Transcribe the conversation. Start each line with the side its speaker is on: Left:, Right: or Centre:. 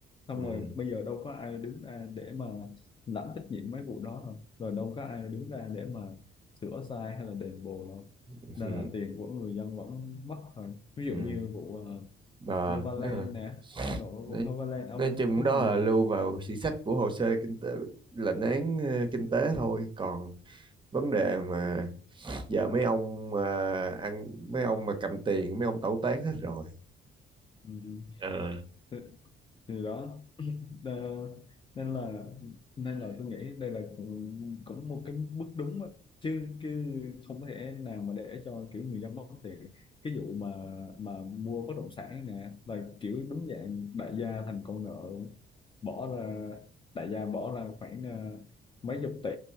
Left: xong
Right: ừ
Left: rồi bây giờ đâu có ai đứng ra để mà lãnh trách nhiệm mấy vụ đó đâu rồi đâu có ai đứng ra để mà sửa sai hay là đền bù đâu
Right: ừ
Left: nên là tiền của người dân vẫn mất rồi ví dụ
Right: ừ.
Left: như vụ ờ,
Right: Bà
Left: Novaland
Right: biết rồi.
Left: nè nội vụ
Right: Nói,
Left: Novaland ông
Right: nói chung
Left: có
Right: đó
Left: nhiều
Right: là lưu vào sử sách của hồ sơ kinh tế lệnh án ờ, kinh tế thôi còn vấn đề mà giờ mấy ông à, ăn mấy ông mà cầm tiền mấy ông tẩu tán hết rồi
Left: ừ,
Right: ờ
Left: thì thì đó Ờ, nên là nên là tôi nghĩ đây là cũng cũng một cái bước đúng á. chứ chứ không có thể nào mà để cho kiểu người dân mất tiền cái vụ mà mà mua bất động sản nè là kiểu đúng dạng đại gia thành con nợ luôn. bỏ ra đại gia bỏ ra khoảng ờ, mấy chục tỷ